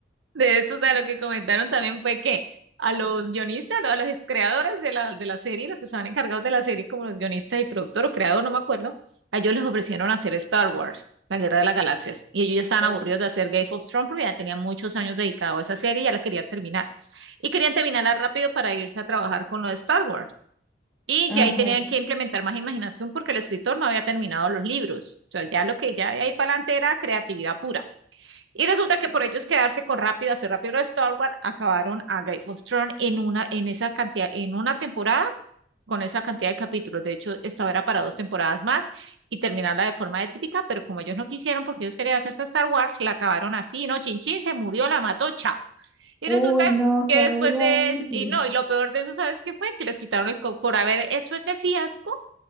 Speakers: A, on the right; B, in the centre.
A: De eso, o sea, lo que comentaron también fue que a los guionistas, ¿no? a los creadores de la, de la serie, los que estaban encargados de la serie, como los guionistas y productor o creador, no me acuerdo, a ellos les ofrecieron hacer Star Wars, La Guerra de las Galaxias, y ellos ya estaban
B: Eh,
A: aburridos de hacer Game of Thrones porque ya tenían muchos años dedicados a esa serie y ya la querían terminar. Y querían terminarla rápido para irse a trabajar con lo de Star Wars. Y
B: Ajá.
A: ya ahí tenían que implementar más imaginación porque el escritor no había terminado los libros. O sea, ya lo que ya de ahí para adelante era creatividad pura. Y resulta que por ellos quedarse con rápido, hacer rápido de Star Wars, acabaron a Game of Thrones en una, en esa cantidad, en una temporada con esa cantidad de capítulos. De hecho, esta era para dos temporadas más y terminarla de forma típica pero como ellos no quisieron, porque ellos querían hacerse Star Wars, la acabaron así, ¿no? Chin Chin se murió, la mató, chao. Y
B: Uy,
A: resulta
B: no
A: que
B: sabía
A: después
B: eso.
A: de eso, y no, y lo peor de eso, ¿sabes qué fue? Que les quitaron el, co- por haber hecho ese fiasco,